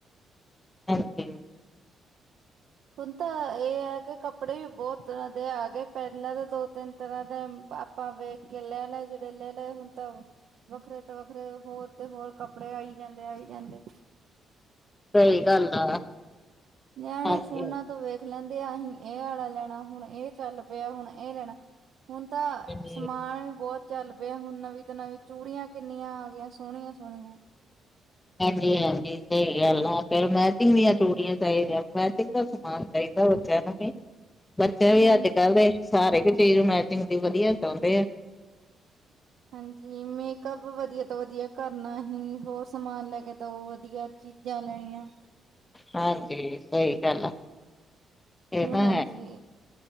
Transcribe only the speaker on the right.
ਹੁਣ ਤਾਂ ਇਹ ਐ ਕਿ ਕਪ ਕੱਪੜੇ ਵੀ ਬਹੁਤ ਤਰ੍ਹਾਂ ਦੇ ਆ ਗਏ, ਪਹਿਲਾਂ ਤਾਂ ਦੋ-ਤਿੰਨ ਤਰ੍ਹਾਂ ਦੇ ਮ, ਆਪਾਂ ਵੇਖ ਕੇ ਲੈ ਲਏ ਜਿਹੜੇ ਲੈ ਲਏ ਹੁਨ ਤਾਂ ਵੱਖਰੇ ਤੋਂ ਵੱਖਰੇ, ਹੋਰ ਤੇ ਹੋਰ ਕੱਪੜੇ ਆਈ ਜਾਂਦੇ-ਆਈ ਜਾਂਦੇ।
ਨਿਆਣੇ
ਫੋਨਾਂ ਤੋਂ ਵੇਖ ਦੇਖ ਲੈਂਦੇ ਆ, ਅਸੀਂ ਇਹ ਆਲਾ ਲੈਣਾ, ਹੁਣ ਇਹ ਚੱਲ ਪਿਆ ਹੁਣ ਇਹ ਲੈਣਾ। ਹੁਣ ਤਾਂ,
ਸਮਾਨ ਈ ਬਹੁਤ ਚੱਲ ਪਿਆ ਹੁਣ ਨਵੀਂ ਤੋਂ ਨਵੀਂ ਚੂੜੀਆਂ ਕਿੰਨੀਆਂ ਆ ਗਈਆ, ਸੋਹਣੀਆਂ-ਸੋਹਣੀਆਂ।
ਹਾਂਜੀ
ਹਾਂਜੀ, ਮੇਕਅੱਪ ਵਧੀਆ ਤੋਂ ਵਧੀਆ ਕਰਨਾ ਹੀ, ਹੋਰ ਸਮਾਨ ਲੈ ਕੇ ਦਓ ਵਧੀਆ। ਚੀਜ਼ਾਂ ਲੈਣੀਆ।
ਹਾਂਜੀ